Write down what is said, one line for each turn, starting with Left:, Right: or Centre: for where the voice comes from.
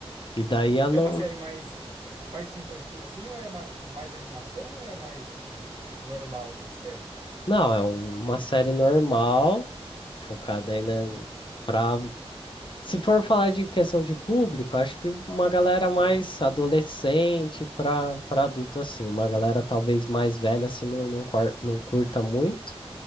Left: E daí, a não,
Right: É uma série mais, é mais infantil assim ou é, ma- é tipo mais animação ou é mais tipo, tipo normal assim, sério?
Left: não, é um- uma série normal, focada aí, né, pra... Se for falar de questão de público, acho que uma galera mais
Right: Aham,
Left: adolescente para para adulto, assim. Uma galera talvez mais velha, assim, não, não, cor- não curta muito.